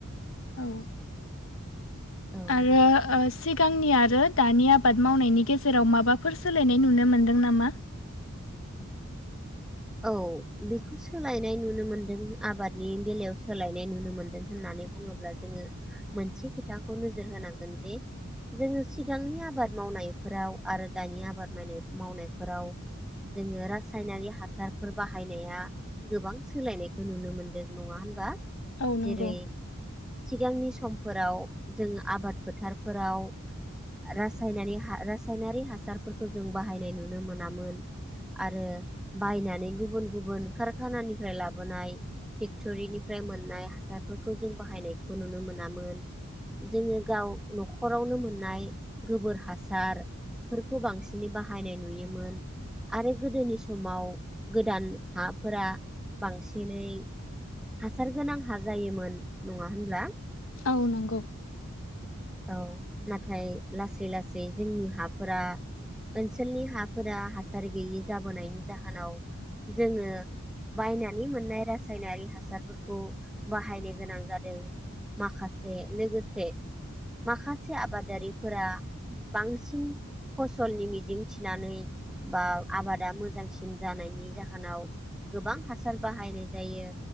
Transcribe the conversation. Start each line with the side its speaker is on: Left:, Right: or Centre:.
Left: औ
Centre: औ
Left: आरो सिगांनि आरो दानि आबाद मावनायनि गेजेराव माबाफोर सोलायनाय नुनो मोनदों नामा
Centre: औ बेखौ सोलायनाय नुनो मोनदों आबादनि बेलायाव सोलायनाय नुनो मोनदों होननानै बुङोब्ला जोङो मोनसे खोथाखौ नोजोर होनांगोन जे जोङो सिगांनि आबाद मावनायफोराव आरो दानि आबाद मावनाय मावनायफोराव जोङो रासायनारि हासार फोर बाहायनाया गोबां सोलायनायखौ नुनो मोनदों नङा होनबा
Left: औ नंगौ
Centre: जेरै सिगांनि समफोराव जोङो आबाद फोथारफोराव रासायनारि रासायनारि हासारफोरखौ जों बाहायनाय नुनो मोनामोन आरो बायनानै गुबुन गुबुन कारखानानिफ्राय लाबोनाय फेक्टरिनिफ्राय मोननाय हासारफोरखौ जों बाहायनायखौ नुनो मोनामोन जोङो गाव न'खरावनो मोननाय गोबोर हासारफोरखौ बांसिनै बाहायनाय नुयोमोन आरो गोदोनि समाव गोदान हाफोरा बांसिनै हासार गोनां हा जायोमोन नङा होनब्ला
Left: औ नंगौ
Centre: औ नाथाय लासै लासै जोंनि हाफोरा ओनसोलनि हाफोरा हासार गैयि जाबोनायनि जाहोनाव जोङो बायनानै मोननाय रासायनारि हासारफोरखौ बाहायनो गोनां जादों माखासे लोगोसे माखासे आबादारिफोरा बांसिन फसलनि मिजिं थिनानै बा आबादा मोजांसिन जानायनि जाहोनाव गोबां हासार बाहायनाय जायो